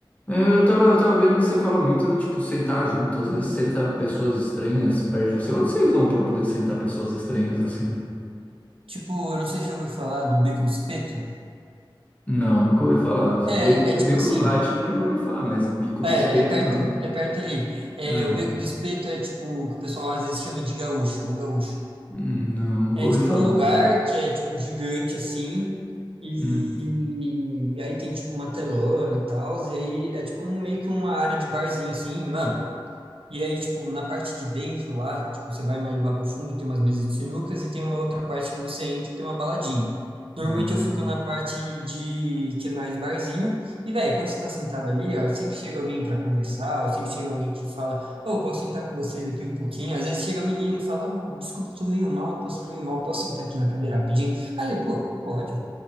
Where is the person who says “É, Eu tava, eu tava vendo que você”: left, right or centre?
Left